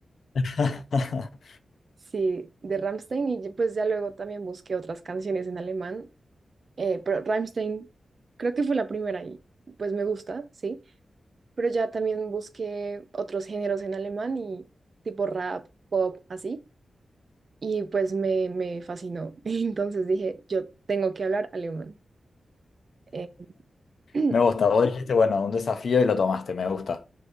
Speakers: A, on the left (about 65°); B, on the right (about 40°).
A: <laughs>
B: <laughs> sí, de Rammstein y pues ya luego también busqué otras canciones en alemán, eh, pero Rammstein creo que fue la primera y pues me gusta, sí, pero ya también busqué otros géneros en alemán y tipo rap, pop, así. Y pues me, me fascinó. <laughs> Entonces dije, yo tengo que hablar alemán. eh, <clears throat>
A: Me gusta, vos dijiste, bueno, un desafío y lo tomaste, me gusta.